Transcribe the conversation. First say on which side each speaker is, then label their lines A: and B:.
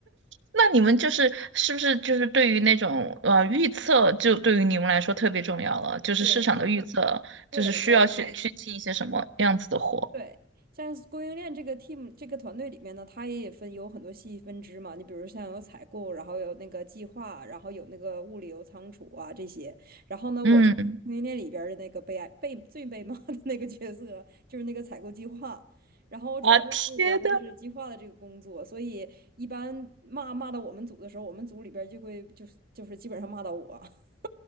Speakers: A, on the right; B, on the right.
A: 那你们就是是不是就是对于那种呃预测，就对于你们来说特别重要了？就是市场的预测，
B: 对对对，
A: 就是需要去去进一些什么样子的货？
B: 对，像是供应链这个 team 这个团队里面呢，它也分有很多细分支嘛。你比如像有采购，然后有那个计划，然后有那个物流仓储啊这些。然后呢，
A: 嗯
B: 我就在供应链里边儿的那个被爱被最被骂的那个角色，就是那个采购计划。然后我主要就负责的是计划的这个工作，
A: 啊，天呐，
B: 所以一般骂骂到我们组的时候，我们组里边儿就会就是就是基本上骂到我。<laughs>